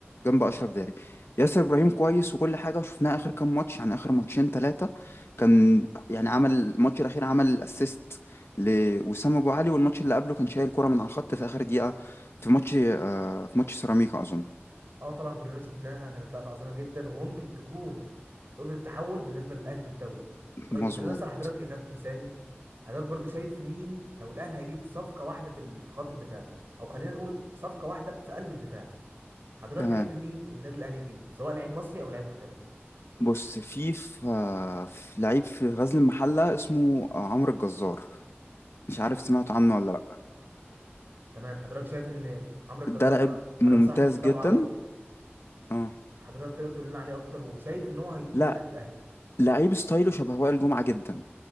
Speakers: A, on the left (about 70°); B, on the right (about 55°).
A: جنب اشرف داري ياسر ابراهيم كويس وكل حاجه وشفناه اخر كام ماتش يعني اخر ماتشين ثلاثه كان يعني عمل الماتش الاخير عمل اسيست لوسام ابو علي والماتش اللي قبله كان شايل كرة من على الخط في اخر دقيقه في ماتش آه في ماتش سيراميكا اظن
B: اه طبعا كلنا شفناها كانت لقطة عظيمة جدا وممكن تكون نقطة التحول بالنسبة للاهلي في الدوري طيب
A: مظبوط
B: خلينا اسأل حضرتك يا كابتن سامي حضرتك برضو شايف مين لو الاهلي هيجيب صفقه واحده في ال- في خط الدفاع او خلينا نقول صفقه واحده في قلب الدفاع حضرتك
A: تمام
B: تحب مين النادي الاهلي يجيبه سواء لعيب مصري او لعيب محترف
A: بص في في, آه، في لعيب في غزل المحله اسمه آه، عمرو الجزار مش عارف سمعت عنه ولا لا
B: تمام حضرتك شايف ان عمرو الجزار
A: ده لعيب
B: انا
A: ممتاز
B: انا بصراحه مش متابعه
A: جدا
B: قوي
A: اه
B: حضرتك تقدر تقول لنا عليه اكتر وشايف ان هو هيضيف
A: لا
B: ايه للنادي الاهلي
A: لعيب ستايله شبه وائل جمعه جدا